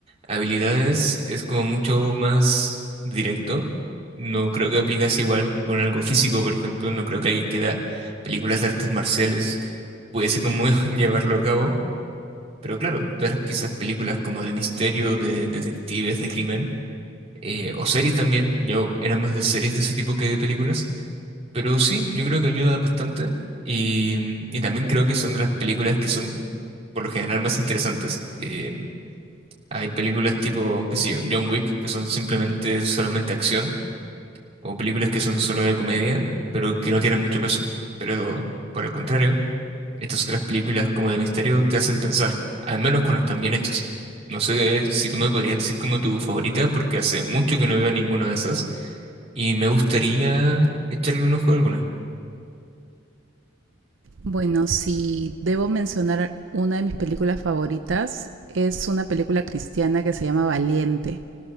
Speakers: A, on the right (about 35°); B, on the right (about 80°).
A: habilidades es como mucho más directo. No creo que aplicase igual con algo físico, por ejemplo. No creo que alguien que da películas de artes marciales pudiese como <laughs> llevarlo a cabo. Pero claro, ver quizás películas como de misterio, de detectives, de crimen, eh, o series también. Yo era más de series de ese tipo que de películas. Pero sí, yo creo que ayuda bastante. Y, y también creo que son de las películas que son por lo general más interesantes. Eh, hay películas tipo, qué sé yo, John Wick, que son simplemente solamente acción, o películas que son solo de comedia, pero que no tienen mucho peso. Pero por el contrario, estas otras películas como de misterio te hacen pensar, al menos cuando están bien hechas. No sé eh, si tú me podrías decir como tu favorita, porque hace mucho que no veo ninguna de esas, y me gustaría echarle un ojo a alguna.
B: Bueno, si debo mencionar una de mis películas favoritas, es una película cristiana que se llama Valiente.